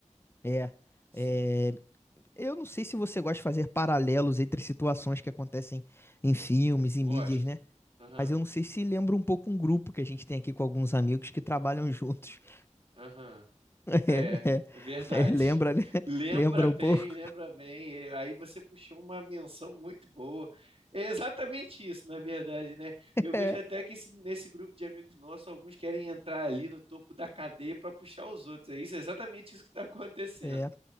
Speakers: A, on the left; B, on the right.
A: É.
B: Sim,
A: É, Eu não sei se você gosta de fazer paralelos entre situações que acontecem em filmes e
B: gosto.
A: mídias, né?
B: Aham,
A: Mas eu não sei se lembra um pouco um grupo que a gente tem aqui com alguns amigos que trabalham juntos. <laughs>
B: aham.
A: É,
B: É, é verdade.
A: é, é, lembra, né?
B: <laughs> Lembra
A: Lembra
B: bem,
A: um pouco?
B: lembra bem. E Aí você puxou uma menção muito boa. É exatamente isso, na verdade, né? Eu vejo
A: É,
B: até que esse- nesse grupo de amigos nossos, alguns querem entrar ali no topo da cadeia para puxar os outros. É isso, é exatamente isso que está acontecendo.
A: é.